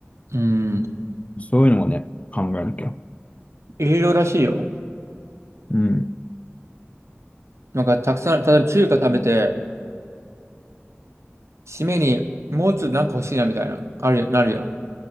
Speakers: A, on the right (about 85°); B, on the left (about 30°).
A: うん。
B: そういうのもね、考えなきゃ。
A: いろいろらしいよ。
B: うん、
A: なんかたくさん、例えば中華食べて、締めにもうちょっとなんか欲しいなみたいな、ある、なるやん。